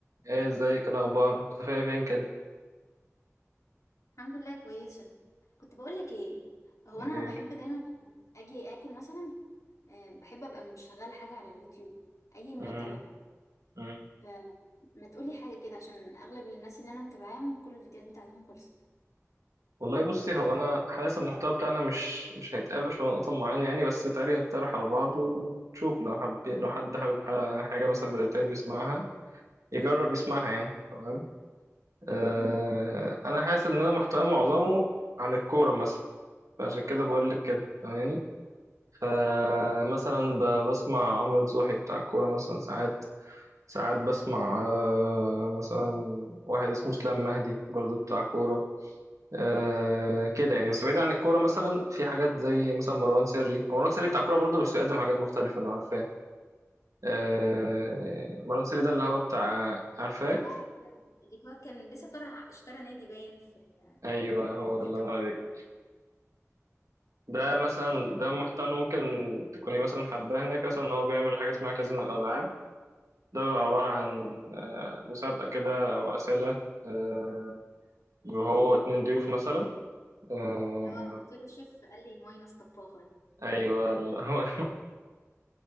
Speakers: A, on the right; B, on the left.
A: ايه ازيك الاخبار مختفيه فين كده
B: الحمد لله كويسة كنت بقولك ايه هو
A: ليه؟
B: انا بحب دايما لما اجي اكل مثلا آه، بحب ابقى مشغلة حاجة على اليوتيوب اي محتوى
A: امم
B: بقى
A: امم
B: فما تقولي حاجة كده عشان اغلب الناس اللي انا متابعاهم كل الفيديوهات بتاعتهم خلصت
A: والله بصي هو انا حاسس المحتوى بتاعنا مش مش هيتقابل في نقطه معينه يعني بس تعالي نقترح على بعض ونشوف لو حب لو حد حابب ح- حاجه مثلا من التاني بيسمعها يجرب يسمعها يعني تمام آه
B: امم
A: انا حاسس ان انا محتوى معظمه عن الكوره مثلا فعشان كده بقول لك كده فاهماني فمثلا ب- بسمع عمرو نصوحي بتاع الكوره مثلا ساعات ساعات بسمع آه، مثلا واحد اسمه اسلام مهدي برضو بتاع كورة آه، كده يعني بس بعيد عن الكورة مثلا في حاجات زي مثلا مروان سري هو مروان سري بتاع كورة برضو بس بيقدم حاجات مختلفة لو عارفاه آه، مروان سري ده
B: كورة
A: اللي هو بتاع عارفاه
B: اه عارفاه. اللي هو كان لسه طالع اشترى نادي باين في ال-
A: أيوه هو ده
B: في
A: اللي
B: الدوري
A: أنا عليك ده مثلا ده محتوى ممكن تكوني مثلا حباه هناك مثلا إن هو بيعمل حاجة اسمها كازينو الألعاب ده بيبقى عبارة عن آه، مسابقة كده أو أسئلة آه، وهو اتنين ضيوف مثلا آه،
B: اللي هو قلت له الشيف قال لي ماينس طباخ
A: ايوه والله <laughs> هو